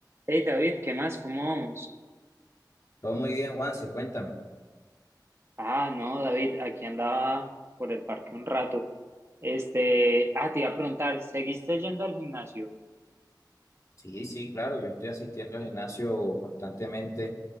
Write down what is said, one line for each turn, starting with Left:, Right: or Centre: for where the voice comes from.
Right: Hey David, ¿qué más? ¿Cómo vamos?
Left: Todo muy bien, Juanse, cuéntame.
Right: Ah, no, David, aquí andaba por el parque un rato. Este, ah, te iba a preguntar, ¿seguiste yendo al gimnasio?
Left: Sí, sí, claro, yo estoy asistiendo al gimnasio constantemente